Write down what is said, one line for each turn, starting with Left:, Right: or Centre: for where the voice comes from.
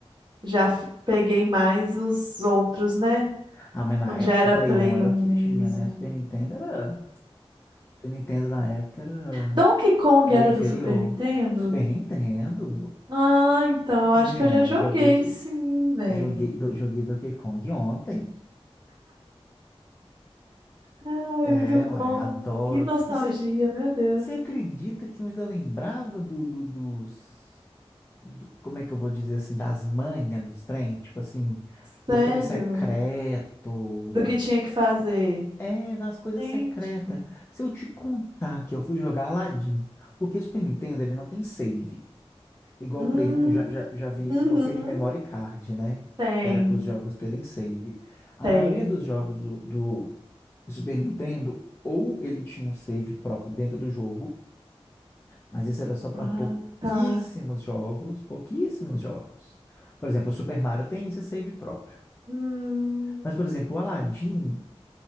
Right: já f- peguei mais os outros, né?
Left: Ah, mas na
Right: Quando
Left: época,
Right: já era
Left: Play
Right: Play
Left: 1 era
Right: 1
Left: o que
Right: mesmo.
Left: tinha, né? Super Nintendo era. Super Nintendo na época era.
Right: Donkey Kong
Left: Era
Right: era
Left: inferior.
Right: do Super Nintendo?
Left: Super Nintendo.
Right: Ah, então
Left: Menina,
Right: eu acho que eu já joguei,
Left: joguei, isso-
Right: sim, velho.
Left: joguei, do- joguei Donkey Kong ontem.
Right: Ai,
Left: É,
Right: muito bom.
Left: uai, adoro.
Right: Que nostalgia,
Left: E você
Right: meu Deus.
Left: acredita que eu ainda lembrava do, do- dos. do- como é que eu vou dizer assim? Das manhas dos trem? Tipo assim,
Right: Sério?
Left: dos trem secreto.
Right: Do que tinha que fazer?
Left: É, das coisas
Right: Gente.
Left: secretas. Se eu te contar que eu fui jogar Aladdin, porque o Super Nintendo ele não tem save. Igual
Right: Hum,
Left: o Play 1 já, já, já veio
Right: uhum.
Left: com aquele memory card, né?
Right: Tem,
Left: Que era para os jogos terem save. A
Right: tem.
Left: maioria dos jogos do, do Super Nintendo, ou ele tinha um save próprio dentro do jogo, mas isso era só para
Right: Ah,
Left: pouquíssimos
Right: tá.
Left: jogos, pouquíssimos jogos. Por exemplo, o Super Mario tem esse save próprio.
Right: Hum,
Left: Mas, por exemplo, o Aladdin,